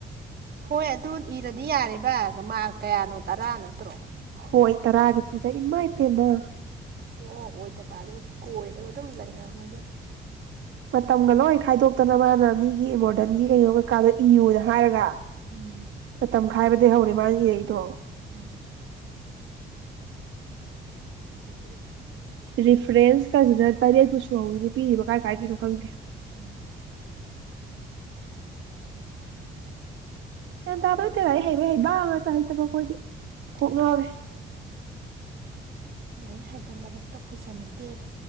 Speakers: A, on the right; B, on the right.
A: ꯍꯣꯏ ꯑꯗꯨ ꯏꯔꯗꯤ ꯌꯥꯔꯦ ꯕ ꯃꯥ ꯀꯌꯥꯅꯣ ꯇꯔꯥ ꯅꯠꯇ꯭ꯔꯣ
B: ꯍꯣꯏ ꯇꯔꯥꯒꯤ ꯑꯗꯨꯁꯥꯏ ꯏꯃꯥꯏ ꯏꯇꯦꯃ
A: ꯑꯣ ꯑꯣꯏꯗꯕ ꯑꯗꯨ ꯀꯣꯏꯔꯒ ꯑꯗꯨꯝ ꯂꯩꯔꯕ ꯑꯗꯨꯝ
B: ꯃꯇꯝꯒ ꯂꯣꯏ ꯈꯥꯏꯗꯣꯛꯇꯅ ꯃꯥꯅ ꯃꯤꯒꯤ ꯃꯣꯗꯔꯟꯒꯤ ꯀꯩꯅꯣꯒ ꯀꯩꯀꯥꯗꯣ ꯏꯌꯨꯅ ꯍꯥꯏꯔꯒ
A: ꯎꯝ
B: ꯃꯇꯝ ꯈꯥꯏꯕ ꯍꯧꯔꯦ ꯃꯥ ꯏꯔꯩꯗꯣ
A: ꯎꯝ
B: ꯔꯤꯐ꯭ꯔꯦꯟꯁꯀꯁꯤꯅ ꯇꯔꯦꯠꯄꯨ ꯁꯨꯍꯧꯋꯤꯅꯦ ꯄꯤꯔꯤꯕ ꯀꯥꯏ ꯀꯥꯏꯗꯅꯣ ꯈꯪꯗꯦ
A: ꯎꯝ
B: ꯍꯒꯌꯥꯟ ꯇꯥꯕ ꯅꯠꯇꯦꯗ ꯂꯥꯏꯔꯤꯛ ꯍꯩꯕ ꯍꯩꯕ ꯉꯥꯛꯇ ꯍꯩꯇꯕ ꯑꯩꯈꯣꯏꯗꯤ ꯀꯣꯛ ꯉꯥꯎꯔꯦ
A: ꯂꯩ ꯍꯥꯏꯕ ꯃꯔꯛꯇ ꯑꯩꯈꯣꯏ ꯆꯥꯟꯅꯗꯦ ꯑꯗꯣ